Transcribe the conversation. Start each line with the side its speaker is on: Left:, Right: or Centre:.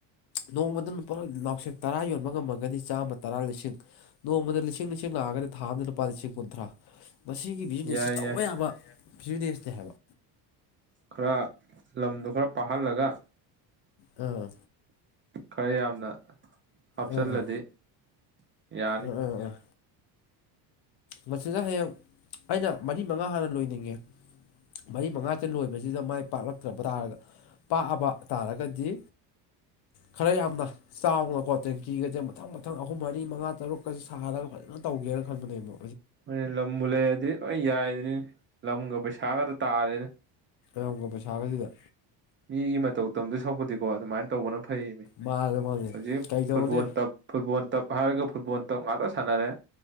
Left: ꯅꯣꯡꯃꯗ ꯅꯨꯄꯥ ꯅꯥꯎꯁꯦꯛ ꯇꯔꯥ ꯌꯣꯟꯕ ꯉꯝꯃꯒꯗꯤ ꯆꯥꯝꯃ ꯇꯔꯥ ꯂꯤꯁꯤꯡ ꯅꯣꯡꯃꯗ ꯂꯤꯁꯤꯡ ꯂꯤꯁꯤꯡ ꯂꯥꯛꯑꯒꯗꯤ ꯊꯥ ꯑꯃꯗ ꯂꯨꯄꯥ ꯂꯤꯁꯤꯡ ꯀꯨꯟꯊ꯭ꯔꯥ ꯃꯁꯤꯒꯤ ꯕꯤꯖꯤꯅꯦꯁꯁ
Right: ꯌꯥꯏ ꯌꯥꯏ
Left: ꯀ ꯐꯤꯖꯤꯅꯦꯁꯅꯦ ꯍꯥꯏꯕ
Right: ꯈꯔ ꯂꯝꯗꯣ ꯈꯔ ꯄꯥꯍꯜꯂꯒ
Left: ꯑꯥ
Right: ꯈꯔ ꯌꯥꯝꯅ ꯍꯥꯞꯆꯜꯂꯗꯤ
Left: ꯑꯥ
Right: ꯌꯥꯅꯤ꯫
Left: ꯑꯥ ꯑꯥ ꯑꯥ ꯃꯁꯤꯗ ꯍꯌꯦꯡ ꯑꯩꯅ ꯃꯔꯤ ꯃꯉꯥ ꯍꯥꯟꯅ ꯂꯣꯏꯅꯤꯡꯉꯦ꯫ ꯃꯔꯤ ꯃꯉꯥꯥꯆ ꯂꯣꯏꯕꯖꯤꯗ ꯃꯥꯏ ꯄꯥꯛꯂꯛꯇ꯭ꯔꯕ ꯇꯥꯔꯒ ꯄꯥꯑꯕ ꯇꯥꯔꯒꯗꯤ ꯈꯔ ꯌꯥꯝꯅ ꯆꯥꯎꯅꯀꯣ ꯇꯦꯡꯀꯤꯒꯖꯦ ꯃꯊꯪ ꯃꯊꯪ ꯑꯍꯨꯝ ꯃꯔꯤ ꯃꯉꯥ ꯇꯔꯨꯛꯀꯖꯤ ꯁꯥꯍꯜꯂꯒ ꯐꯖꯅ ꯇꯧꯒꯦꯅ ꯈꯟꯕꯅꯦꯃꯣ
Right: ꯍꯣꯏꯌꯦ ꯂꯝꯕꯨ ꯂꯩꯌꯗꯤ ꯂꯣꯏ ꯌꯥꯏꯗꯨꯅꯤꯅꯦ ꯂꯝꯒ ꯄꯩꯁꯥꯒꯗ ꯇꯥꯔꯦꯅꯦ꯫
Left: ꯂ꯭ꯝꯒ ꯄꯩꯁꯥꯒꯖꯤꯗ
Right: ꯃꯤꯒꯤ ꯃꯇꯧ ꯇꯝꯗꯣꯏ ꯁꯛꯄꯨꯗꯤꯀꯣ ꯑꯗꯨꯃꯥꯏꯟ ꯇꯧꯕꯅ ꯐꯩꯌꯦꯃꯦ
Left: ꯃꯥꯅꯦ ꯃꯥꯅꯦ
Right: ꯍꯧꯖꯤꯛ
Left: ꯀꯩꯗꯧꯅꯤ
Right: ꯐꯨꯠꯕꯣꯟ ꯇꯞ ꯐꯨꯠꯕꯣꯟ ꯇꯞ ꯍꯥꯏꯔꯒ ꯐꯨꯠꯕꯣꯟ ꯇꯞ ꯉꯥꯛꯇ ꯁꯥꯟꯅꯔꯦ꯫